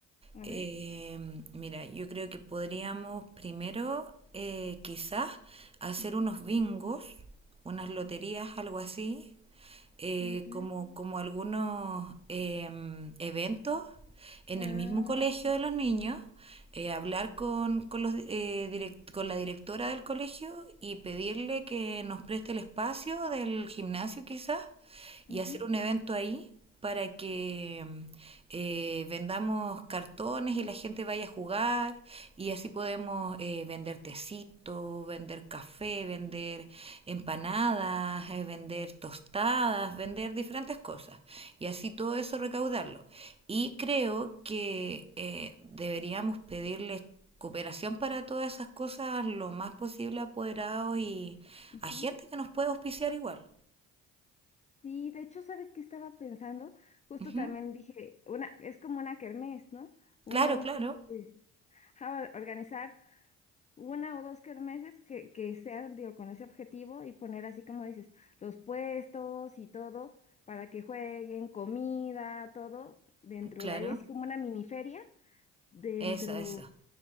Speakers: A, on the left; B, on the right.
A: A
B: Eh,
A: ver.
B: mira, yo creo que podríamos primero, eh, quizás, hacer
A: Ujú,
B: unos bingos, unas loterías, algo así eh,
A: ok.
B: como, como algunos eh, eventos en
A: Ah,
B: el mismo colegio
A: sí.
B: de los niños, eh, hablar con, con, los, eh, direct- con la directora del colegio y pedirle que nos preste el espacio del gimnasio quizás y
A: Ujú,
B: hacer un evento ahí para que eh, vendamos cartones y la gente vaya a jugar y así podemos eh, vender tecito, vender café, vender empanadas, eh, vender tostadas, vender diferentes cosas y así todo eso recaudarlo. Y creo que eh, deberíamos pedirles cooperación para todas esas cosas lo más posible a apoderados y
A: ujú.
B: a gente que nos pueda auspiciar igual.
A: Sí, de hecho, ¿sabes qué estaba pensando? Justo
B: Ujú.
A: también dije, una, es como una kermés, ¿no? Un
B: Claro,
A: este,
B: claro,
A: ajá, organizar una o dos kermeses que, que sean, digo, con ese objetivo y poner así como dices, los puestos y todo para que jueguen, comida, todo, dentro
B: claro.
A: de ahí, así como una mini feria dentro,
B: Esa, esa.